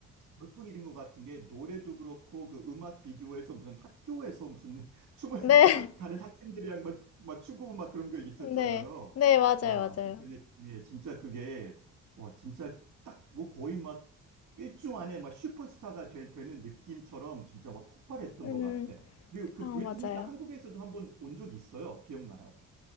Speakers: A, on the right; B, on the left.
A: 보통 이런 것 같은 게 노래도 그렇고 그 음악 비디오에서 무슨 학교에서 무슨 <laughs> 춤을
B: 네.
A: 학, 다른 학생들이랑 막, 막 추고 막 그런 게
B: <laughs>
A: 있었잖아요.
B: 네. 네, 맞아요.
A: 와,
B: 맞아요.
A: 그- 근데 네, 진짜 그게 와 진짜 딱 뭐 거의 막 일주 안에 막 슈퍼스타가 되, 는 느낌처럼 진짜 막 폭발했던
B: 음.
A: 것 같아요. 그리고 그
B: 아, 맞아요.
A: 브리트니가 한국에서도 한번 온 적이 있어요. 기억나요?